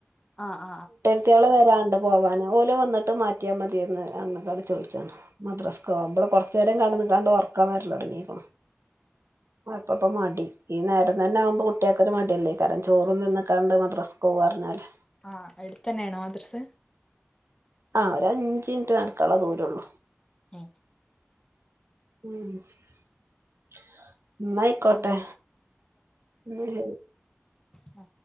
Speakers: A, on the left; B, on the right.
A: ആഹ് ആഹ് അഹ്
B: കുട്ട്യാള് വരാണ്ട് പോവാന് ഓല് വന്നിട്ട് മാറ്റിയാ മതിയെന്ന് അന്ന്ക്കാണ്ട് ചോദിച്ചാണ് മദ്രസ്ക്കോവാൻ ഇവ്ടെ കൊറച്ചേരം കട കാണ്ട് ഒർക്കം വരലൊട്ങ്ങിക്ക്ണ് ഇ പ്പപ്പ മടി ഈ നേരം തന്നാ വുമ്പോൾ കുട്ടിയൾക്കൊരു മടിയല്ലേ കാരം ചോറും തിന്നക്കാണ്ട് മദ്രസ്ക്കോവർഞ്ഞാല്
A: ആ എടുത്തന്നെയാണോ മദ്റസ്
B: ആ ഒരഞ്ചിനിറ്റ് നടക്കാള്ളെ ദൂരൊള്ളൂ
A: എ
B: ഇന്നായികോട്ടെ
A: ഉം
B: നെയൽ
A: ആ